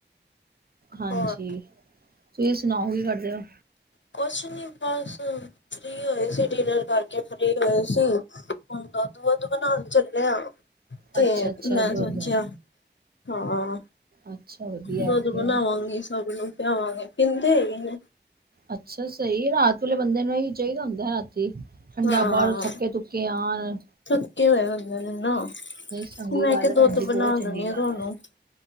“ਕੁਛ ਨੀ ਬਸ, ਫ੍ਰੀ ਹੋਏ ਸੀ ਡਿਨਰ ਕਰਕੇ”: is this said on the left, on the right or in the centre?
Left